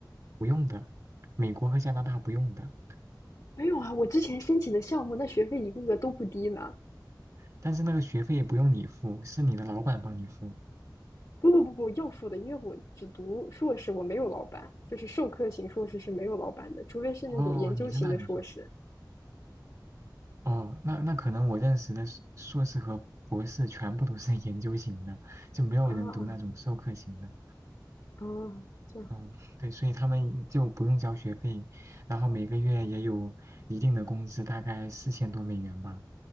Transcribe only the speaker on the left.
没有啊，我之前申请的项目那学费一个个都不低呢。
不不不不，要付的，因为我只读硕士，我没有老板，就是授课型硕士是没有老板的，除非是那种研究型的硕士
啊啊，啊这样